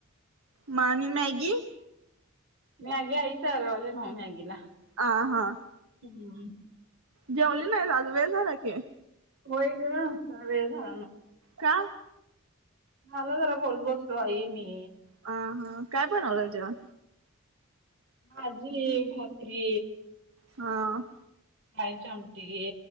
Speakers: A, on the right; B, on the right.
A: म आणि मॅगी
B: मॅगी आयच अरवाले ना मॅगी ला
A: आ हा
B: हम्म
A: जेवली नाही आज वेळ झाला की
B: होई ग वे सू
A: का
B: झाला जरा बोल बसतो आई मी
A: अ हा काय बणवलं जेव्हा
B: भाजी भाकरी
A: हा
B: काहीच आमट ये